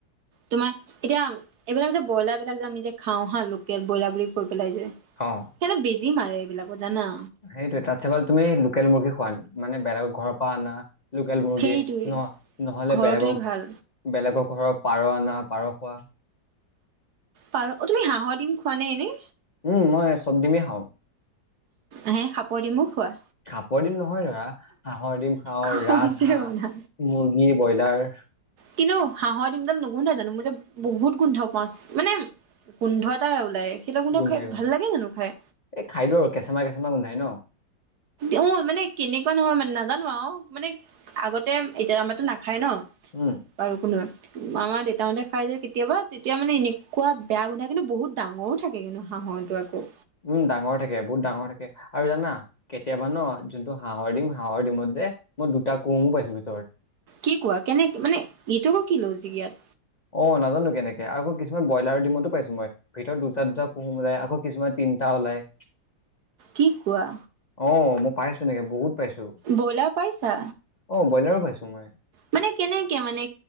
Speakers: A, on the right (about 60°); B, on the left (about 80°).
A: তোমাৰ এতিয়া এইবিলাক যে ব্ৰইলাৰ বিলাক যে আমি যে খাওঁ হা, লোকেল ব্ৰইলাৰ বুলি কৈ পেলাই যে
B: অ'।
A: সিহঁতে বেজি মাৰে এইবিলাকত জানা।
B: সেইটোয়ে তাত চে ভাল তুমি লোকেল মুৰ্গী খোৱা মানে বেলেগ ঘৰৰ পৰা অনা। লোকেল মুৰ্গী
A: সেইটোৱে
B: ন নহ'লে
A: ঘৰটোৱে
B: বেলেগক
A: ভাল
B: বেলেগৰ ঘৰৰ পাৰ আনা পাৰ খোৱা।
A: পাৰ অ' তুমি হাঁহৰ দিম খোৱানে এনেই?
B: উম মই চব ডিমেই খাওঁ।
A: হে সাপৰ ডিমো খোৱা?
B: শাপৰ ডিম নহয় ধৰা হাঁহৰ ডিম খাওঁ,
A: কৈছে
B: ৰাজ হাঁহ,
A: শুনা।
B: মুৰ্গী, ব্ৰইলাৰ।
A: কিন্তু হাঁহৰ দিমডাল নুগোন্ধাই জানো মই যে বহুত গোন্ধ পাওঁ মানে গোন্ধ এটা ওলাই সেইটো গোন্ধ
B: গোন্ধাই
A: খাই
B: গোন্ধাই
A: ভাল লাগে জানো খাই।
B: এই খাই দিওঁ আৰু কেঁচমা কেঁচমা গোন্ধাই ন।
A: অ' মানে কেনেকুৱা নহয় মানে নাজানো আৰু মানে আগতে এতিয়া আমাৰটো নাখায় ন।
B: উম।
A: বাৰু <unintelligible> আমাৰ দেউতাহঁতে খাই যে কেতিয়াবা তেতিয়া মানে এনেকুৱা বেয়া গোন্ধায় কিন্তু বহুত ডাঙৰো থাকে কিন্তু। হাঁহৰটো আকৌ।
B: উম, ডাঙৰ থাকে বহুত ডাঙৰ থাকে আৰু জানা কেতিয়াবা ন যোনটো হাঁহৰ ডিম হাঁহৰ ডিমত যে মই দুটা কোহোমো পাইছো ভিতৰত।
A: কি কোৱা কেনেকে মানে এইটো কি লজিক ইয়াত
B: অ' নাজানো কেনেকে আকৌ কিছুমান ব্ৰইলাৰ দিমতো পাইছো মই। ভিতৰত দুটা দুটা কুহুম ওলায় আকৌ কিছুমানত তিনটা ওলায়।
A: কি কোৱা?
B: অ' মই পাইছো এনেকে বহুত পাইছো
A: ব্ৰইলাৰ পাইছা?
B: অ' ব্ৰইলাৰো পাইছো মই।
A: মানে কেনেকে মানে